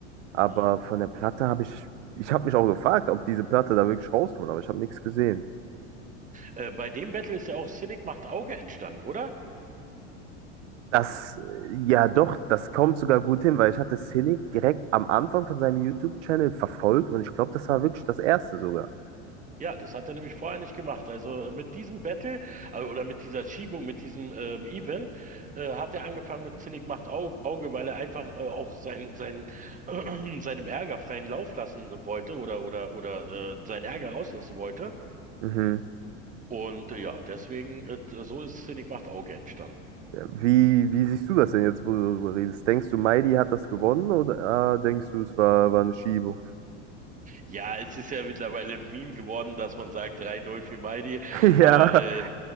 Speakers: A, on the right (about 80°); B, on the right (about 20°).
A: Aber
B: Mhm.
A: von der Platte habe ich, ich habe mich auch gefragt, ob diese Platte da wirklich rauskommt, aber ich habe nichts gesehen.
B: Äh, bei dem Battle ist ja auch Cynic macht Auge entstanden, oder?
A: Das, ja doch, das kommt sogar gut hin, weil ich hatte Cynic direkt am Anfang von seinem YouTube-Channel verfolgt und ich glaube, das war wirklich das erste sogar.
B: Ja, das hat er nämlich vorher nicht gemacht. Also äh, mit diesem Battle äh, oder mit dieser Schiebung, mit diesem ähm, Event, äh, hat er angefangen mit Zinnig macht Au- Auge, weil er einfach äh, auch sein, sein, <clears throat> seinem Ärger freien Lauf lassen wollte oder, oder, oder äh, seinen Ärger rauslassen wollte.
A: Mhm.
B: Und äh, ja, deswegen, äh, so ist Zinnig macht Auge entstanden.
A: Ja, Wie, wie siehst du das denn jetzt, wo du darüber redest? Denkst du, Mighty hat das gewonnen oder äh, denkst du, es war, war eine Schiebung?
B: Ja, es ist ja mittlerweile ein Meme geworden, dass man sagt 3-0 für Mighty,
A: <laughs>
B: aber
A: Ja.
B: äh,